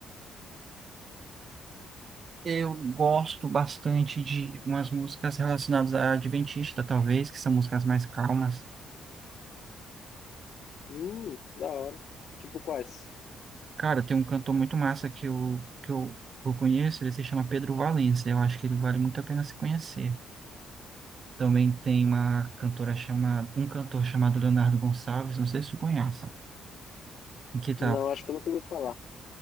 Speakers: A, on the right; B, on the left.
A: Eu gosto bastante de umas músicas relacionadas à Adventista, talvez, que são músicas mais calmas.
B: Hum, da hora. Tipo quais?
A: Cara, tem um cantor muito massa que eu, que eu, que eu conheço, ele se chama Pedro Valença. Eu acho que ele vale muito a pena se conhecer. Também tem uma cantora chamada, um cantor chamado Leonardo Gonçalves, não sei se tu conhece, que tá,
B: Não, acho que eu nunca ouvi falar,